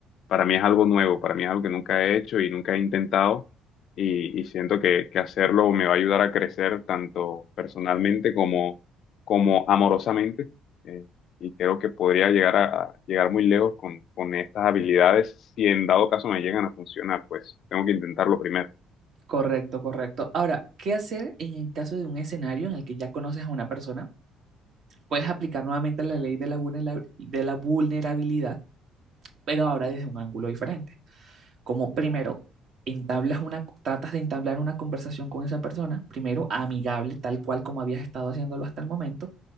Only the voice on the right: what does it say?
Correcto, correcto. Ahora, ¿qué hacer en el caso de un escenario en el que ya conoces a una persona? Puedes aplicar nuevamente la ley de la, vulnera- de la vulnerabilidad, pero ahora desde un ángulo diferente. Como primero, entablas una, tratas de entablar una conversación con esa persona, primero amigable, tal cual como habías estado haciéndolo hasta el momento,